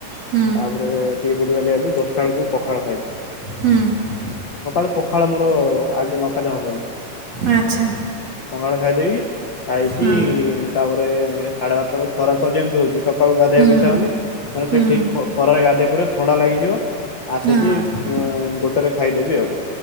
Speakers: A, on the right; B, on the left.
A: ହୁଁ
B: ତାପରେ ଟିକେ ବୁଲିବାଲି ଆଇଲି ତାପରେ ଦଶଟା ବେଳକୁ ପଖାଳ ଖାଇଲି।
A: ହୁଁ
B: ସକାଳୁ ପଖାଳ ମୋର ଆଗେ ନ ଖାଇଲେ ହବନି।
A: ଆଚ୍ଛା
B: ପାଖାଳ ଖାଇଦେବି ଖାଇକି
A: ହଁ
B: ତାପରେ ସାଢେ ବାରଟା ବେଳକୁ ଖରା ତ ଯେମିତି ହଉଛି ସକାଳୁ ଗାଧୋଇବା
A: ହୁଁ
B: ଇଛ ହୋଊନି ମାନେ
A: ହୁଁ
B: ସେ ଠିକ ଖରାରେ ଗାଧୋଇ ପଡିବ ଥଣ୍ଡା ଲାଗିଯିବ। ଆସିକି
A: ହଁ
B: ଗୋଟରେ ଖାଇଦେବି ଆଉ